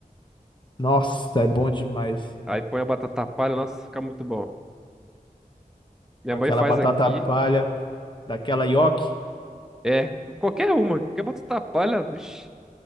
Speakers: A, on the left; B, in the centre.
A: Nossa, é bom demais.
B: Aí põe a batata palha. Nossa, fica muito bom. Minha
A: Com
B: mãe
A: aquela
B: faz
A: batata
B: aqui.
A: palha, daquela nhoque,
B: É, qualquer uma. Qualquer batata palha. Vixi,